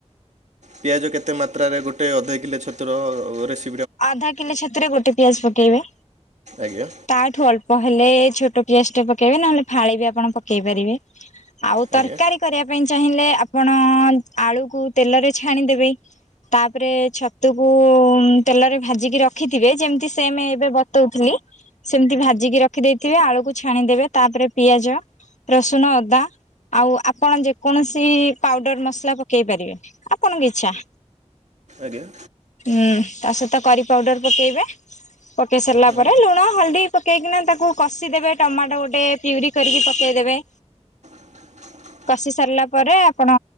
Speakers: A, on the right (about 75°); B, on the left (about 85°).
A: ପିଆଜ କେତେ ମାତ୍ରାରେ ଗୋଟେ ଅଧା କିଲେ ଛତୁରେ ରେସି
B: ଆଧା କିଲୋ ଛତୁରେ ଗୋଟେ ପିଆଜ ପକେଇବେ।
A: ଆଜ୍ଞା!
B: ତାଠୁ ଅଳ୍ପ ହେଲେ ଛୋଟ ପିଆଜ ଟେ ପକେଇବେ ନହେଲେ ଫାଳେ ବି ଆପଣ ପକେଇ ପାରିବେ। ଆଉ ତରକାରୀ
A: ଆଜ୍ଞା
B: କରିବା ପାଇଁ ଚାହିଁଲେ ଆପଣ ଆଳୁକୁ ତେଲରେ ଛାଣିଦେବେ। ତାପରେ ଛତୁକୁ ତେଲରେ ଭାଜିକି ରଖିଥିବେ ଯେମିତି ସେ ଆମେ ଏବେ ବତଉଥିଲି। ସେମିତି ଭାଜିକି ରଖି ଦେଇେଇଥିବେ ଆଳୁକୁ ଛାଣିଦେବେ ତାପରେ ପିଆଜ, ରସୁଣ, ଅଦା ଆଉ ଆପଣ ଯେକୌଣସି ପାଉଡର ମସଲା ପକେଇ ପାରିବେ ଆପଣଙ୍କ ଇଚ୍ଛା।
A: ଆଜ୍ଞା!
B: ହୁଁ ତା ସହିତ କରି ପାଉଡର ପକେଇବେ ପକେଇ ସାରିଲା
A: ହଁ
B: ପରେ ଲୁଣ ହଳଦୀ ପକେଇକିନା ତାକୁ କଷିଦେବେ ଟମାଟୋ ଗୋଟେ ପିଉରି କରିକି ପକେଇଦେବେ।
A: <inaudible>
B: କଷି ସାରିଲା ପରେ ଆପଣ